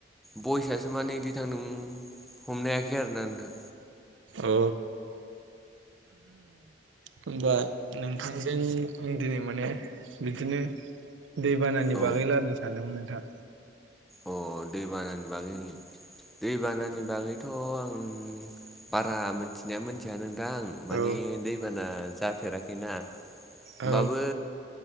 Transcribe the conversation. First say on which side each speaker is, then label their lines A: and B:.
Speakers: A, in the centre; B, on the right.
A: बयस्सासो माने बिदि थांदों हमनो हायाखै आरोना नोंथां।
B: अ होमबा नोंथांजों आं दिनै माने बिदिनो दैबानानि
A: औ
B: बागै रायलायनो सानदोंमोन नोंथां।
A: अ दै बानानि बागै दैबानानि बागैथ' आं बारा मोनथिनाया मोनथिया नोंथां। नोंथां माने
B: औ
A: दैबाना जाफेराखैना। होनबाबो
B: औ